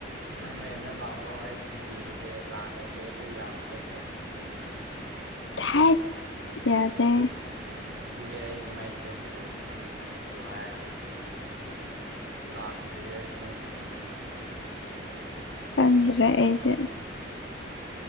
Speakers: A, on the right; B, on the left.
A: ꯅꯪ ꯔꯦꯟꯗ ꯂꯥꯛꯑꯣꯔꯣ ꯑꯩ ꯊꯣꯡꯕꯤꯔꯒꯦ ꯂꯥꯛꯑꯒꯦ ꯑꯗꯨ ꯌꯥꯕ ꯅꯠꯇ꯭ꯔꯣ
B: ꯊꯥꯏꯠ ꯌꯥꯗꯦ
A: ꯏꯁ ꯑꯗꯨꯗꯤ ꯑꯩ ꯀꯃꯥꯏꯅ ꯊꯣꯡꯗꯣꯏꯅꯣ ꯅꯪꯗꯤ ꯊꯣꯡꯕꯤꯌꯣ ꯍꯥꯏꯔꯒ ꯑꯩ ꯂꯥꯛꯇ꯭ꯔꯤꯌꯦ ꯃꯥꯏ ꯗꯨꯀꯥꯟꯗꯩ
B: ꯈꯪꯗ꯭ꯔꯦ ꯑꯩꯁꯨ